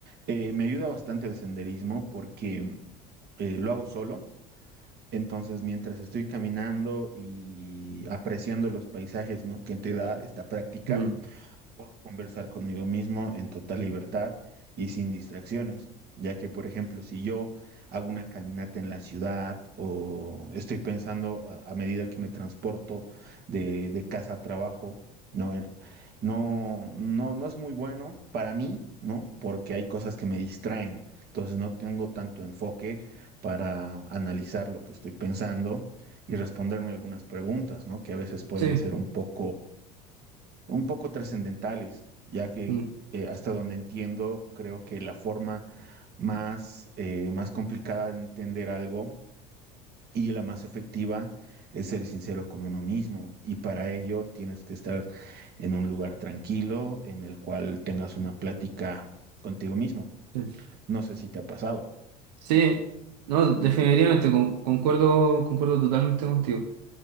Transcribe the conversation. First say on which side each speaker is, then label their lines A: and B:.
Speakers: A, on the right; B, on the right.
A: eh, me ayuda bastante el senderismo porque eh, lo hago solo. Entonces, mientras estoy caminando y apreciando los paisajes, ¿no? que te da esta práctica,
B: Mm,
A: Puedo conversar conmigo mismo en total libertad y sin distracciones, ya que, por ejemplo, si yo hago una caminata en la ciudad o estoy pensando a, a medida que me transporto de, de casa a trabajo, no, Eh, no, no, no es muy bueno para mí, ¿no? Porque hay cosas que me distraen, entonces no tengo tanto enfoque para analizar lo que estoy pensando y responderme algunas preguntas, ¿no? Que a veces pueden
B: Sí.
A: ser un poco un poco trascendentales, ya que
B: mm,
A: eh, hasta donde entiendo, creo que la forma más, eh, más complicada de entender algo y la más efectiva es ser sincero con uno mismo. Y para ello tienes que estar en un lugar tranquilo en el cual tengas una plática contigo mismo.
B: sí.
A: No sé si te ha pasado.
B: Sí, no, definitivamente, con- concuerdo, concuerdo totalmente contigo.